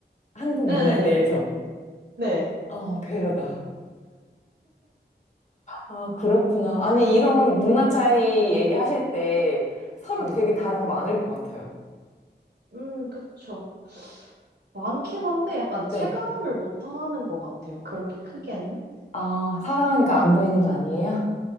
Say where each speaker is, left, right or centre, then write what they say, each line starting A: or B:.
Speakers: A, on the left; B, on the right.
A: 한국
B: 네네네.
A: 문화에 대해서.
B: 네.
A: 어, 배려다. 아, 그렇구나. 아니, 이런 문화 차이 얘기하실 때 서로
B: 네.
A: 되게 다른 거 많을 것 같아요.
B: 음, 그쵸. 많긴 한데 약간 체감을
A: 네.
B: 못하는 것 같아요. 그렇게 크게는.
A: 아, 사랑하니까 안 보이는 거 아니에요?